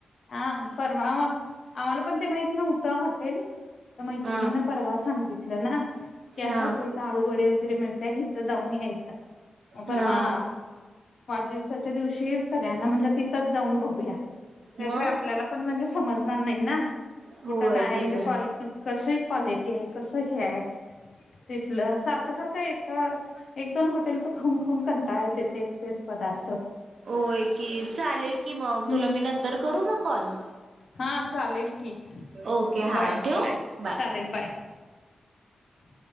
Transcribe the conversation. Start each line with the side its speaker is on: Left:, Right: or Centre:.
Left: हां, परवाला आम्हाला पण ते माहित नव्हतं हॉटेल. तर मैत्रिणीन
Right: हा
Left: परवा सांगितलं ना की, असं
Right: हा
Left: असं इथ आळूवडे वगैरे मिळत्या ही त जाऊन या एकदा. म परवा
Right: हा
Left: वाढदिवस साच्या दिवशी सगळ्यांना म्हणलं, तिथंच जाऊन बघूया. त्याशिवाय
Right: मग
Left: आपल्याला पण म्हणजे समजणार नाही ना.
Right: होय
Left: कुठं काय
Right: ते
Left: म्हणजे
Right: पण
Left: कॉल कसे क्वालिटीये कसं हे आहे तिथलं? सारखं सारखं एक एक दोन हॉटेलचं खाऊन खाऊन कंटाळा येते, तेच तेच पदार्थ.
Right: होय की, चालेल कि मग.
Left: हम्म
Right: तुला मी नंतर करू म कॉल?
Left: हा चालेल की.
Right: ओके हा
Left: बाय,
Right: ठेवू बाय.
Left: चालेल बाय. <inaudible>